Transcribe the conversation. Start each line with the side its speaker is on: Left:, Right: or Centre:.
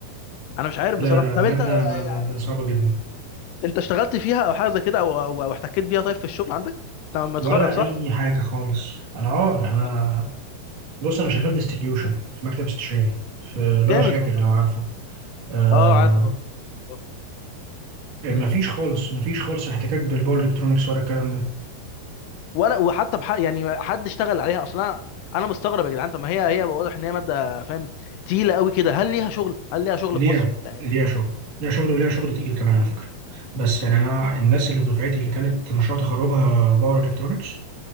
Left: انا مش عارف
Right: لا
Left: بصراحه
Right: لا لا
Left: طب
Right: ماده
Left: انت
Right: ما- ماده
Left: يعني
Right: صعبه جدا
Left: انت اشتغلت فيها او حاجه زي كده او او أو احتكيت بيها طيب في الشغل عندك انت لما
Right: ولا
Left: تخرج صح
Right: اي حاجه خالص انا اه انا
Left: آه،
Right: بص انا شغال ديستريبيوشن في مكتب استشاري في اللي
Left: جامد
Right: هو شاكر
Left: والله
Right: لو عارفه آه
Left: اه عارفه طبعا آه.
Right: مفيش
Left: مم.
Right: خالص مفيش خالص احتكاك بالباور الكترونكس ولا الكلام ده
Left: ولا وحتى بح... يعني حد اشتغل عليها اصلا انا أنا مستغرب يا جدعان طب ما هي هي واضح ان هي ماده فاهم تقيله قوي كده هل ليها شغل هل ليها شغل
Right: ليها
Left: في مصر يعني
Right: ليها شغل ليها شغل وليها شغل تقيل كمان على فكرة بس يعني أنا الناس اللي في دفعتي اللي كانت مشروع تخرجها باور إلكترونكس